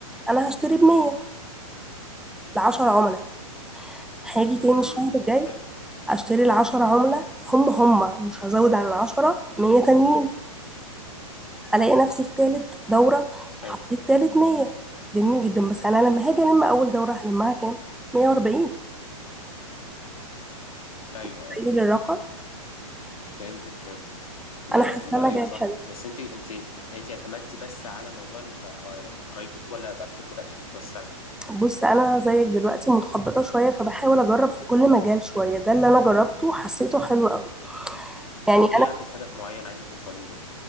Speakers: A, in the centre; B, on the left.
A: انا هشتري ب 100 ل 10 عملاء هاجي تاني
B: امم
A: الشهر الجاي
B: حلو
A: اشتري ال 10 عملاء هم هم مش هزود عن ال 10 100 تانيين الاقي نفسي في تالت دوره
B: حلو
A: حطيت تالت 100 جميل جدا بس انا لما هاجي الم اول دوره هلمها كام 140
B: أيوه
A: تخيل
B: أيوه
A: الرقم
B: فهمتك فهمت ده
A: انا حاسه
B: بقى
A: انا
B: أيوه
A: جايه
B: صح
A: حلو
B: بس أنت أنت أنت اعتمدتي بس على موضوع ال- آه، قرايبك ولا بعد كده بدأتي تتوسعي؟
A: بص انا زيك دلوقتي متخبطه شويه فبحاول اجرب في كل مجال شويه ده اللي انا جربته حسيته حلو قوي يعني
B: طب إيه
A: انا
B: عندك هدف معين عايزة توصلي له؟